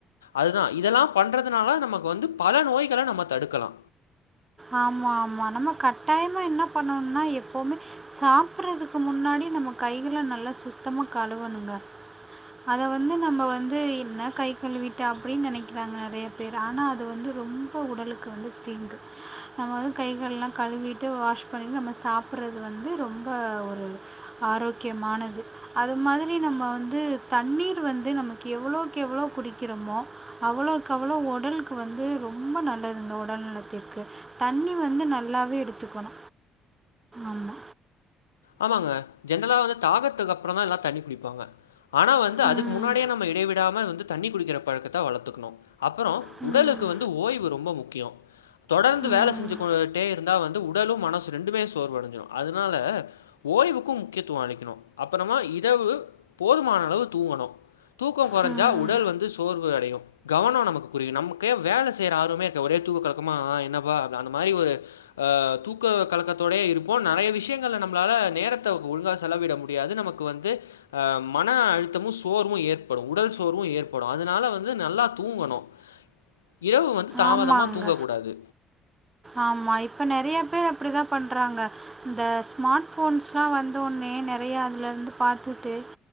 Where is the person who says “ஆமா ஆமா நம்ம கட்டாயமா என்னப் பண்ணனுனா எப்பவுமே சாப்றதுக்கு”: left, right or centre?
Right